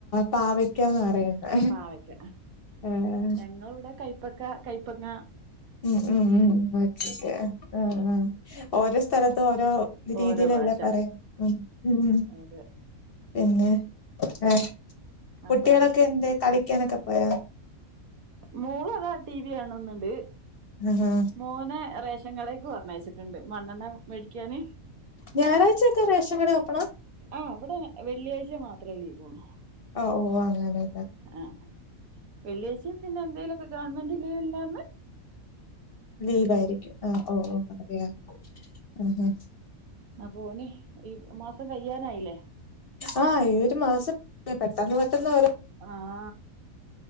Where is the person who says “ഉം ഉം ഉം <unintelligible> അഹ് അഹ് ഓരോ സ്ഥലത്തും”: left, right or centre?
Left